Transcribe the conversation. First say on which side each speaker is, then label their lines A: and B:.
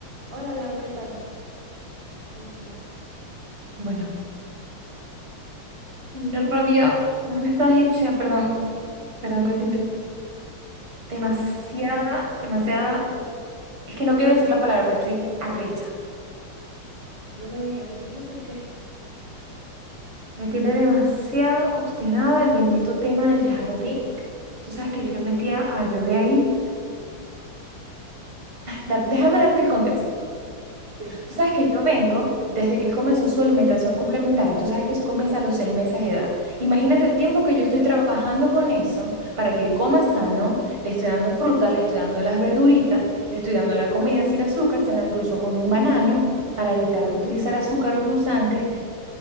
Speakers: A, on the right; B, on the right.
A: Hola Lau, ¿qué tal? ¿Cómo estás?
B: Bueno, una rabia, una estrategia, perdón, perdón que te inter- demasiada,
A: No pas-
B: demasiada, es que no quiero decir la palabra, pero estoy arrecha.
A: no me digas, ¿y eso por qué?
B: Me tiene demasiado obstinada el bendito tema del jardín. Tú sabes que yo metía al bebé ahí. Da- déjame darte el contexto.
A: Sí.
B: Tú sabes que yo vengo desde que comenzó su alimentación complementaria. Tú sabes que eso comienza a los seis meses de edad. Imagínate el tiempo que yo estoy trabajando con eso para que él coma sano. Le estoy dando fruta, le estoy dando las verduritas, le estoy dando la comida sin azúcar, se la endulzo con un banano para evitar utilizar azúcar o endulzantes.